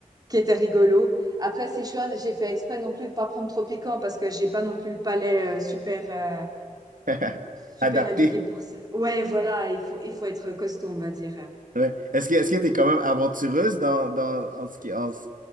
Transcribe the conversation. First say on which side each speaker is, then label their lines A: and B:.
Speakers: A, on the right; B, on the right.
A: qui était rigolo. Après Sichuan, j'ai fait exprès non plus de pas prendre trop piquant, parce que j'ai pas non plus le palais euh, super, euh,
B: <laughs>
A: super
B: Adapté.
A: éduqué pour ça. Ouais, voilà, il faut, il faut être costaud, on va dire.
B: Ouais. Est-ce que est-ce que t'es quand même aventureuse dans, dans en ce qui en, ce-